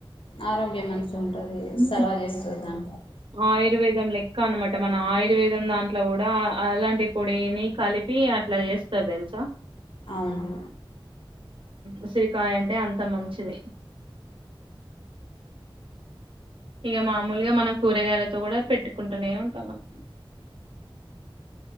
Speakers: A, on the left; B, on the right.
A: ఆరోగ్యం మంచి ఉంటుంది
B: హ్మ్.
A: సలవు చేస్తుంది అంటారు
B: ఆయుర్వేదం లెక్క అనమాట మన ఆయుర్వేదం దాంట్లో కూడా అలాంటి పొడిని కలిపి అట్లా చేస్త తెల్సా
A: అవును
B: ఉసిరికాయ అంటే అంత మంచిది ఇక మామూలుగా మనం కూరగాయలతో కూడా పెట్టుకుంటూనే ఉంటాం అసలు